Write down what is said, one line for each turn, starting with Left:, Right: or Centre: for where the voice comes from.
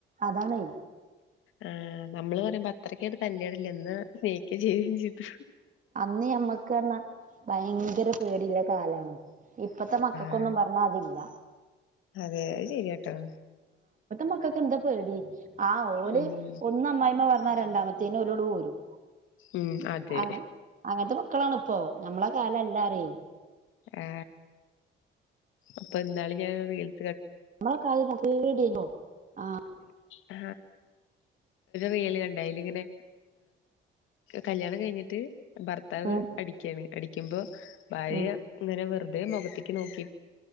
Right: അതാണ്
Left: ആ നമ്മള് പറയുമ്പോൾ അത്രക്കങ്ങട് തന്റെടല്ല എന്നാ സ്നേഹിക്ക ചെയ്യേം ചെയിതു
Right: അന്ന് ഞമ്മക്ക് പറഞ്ഞാ ഭയങ്കര പേടിയിള്ള കാലാണ് ഇപ്പത്തെ മക്കക്കൊന്നും
Left: ആ,
Right: പറഞ്ഞാ അതില്ല
Left: അതെ അത് ശെരിയാട്ടോ
Right: മക്കൊക്കെ എന്താ പേടി ആ ഓല്
Left: ഉം
Right: ഒന്ന് അമ്മായിമ്മ പറഞ്ഞാ രണ്ടാമത്തേെന് ഒര് ഇങ്ങട് പോരും
Left: ഉം അതെ
Right: അങ്ങ അങ്ങനത്തെ മക്കളാണ് ഇപ്പോ ഞമ്മളെ കാല എല്ലാ പറയെ
Left: ആ അപ്പൊ ഇന്നാള് ഞാൻ റീല്
Right: നമ്മളെ <unintelligible>
Left: ആ റീൽ കണ്ട് അയില് ഇങ്ങനെ കല്ല്യാണം കയിഞ്ഞിട്ട് ഭർത്താവ്
Right: ഉം
Left: അടിക്കാണ് അടിക്കുമ്പോ ഭാര്യ
Right: ഉം
Left: ഇങ്ങനെ വെറുതെ മൊഖത്തേക്ക് നോക്കി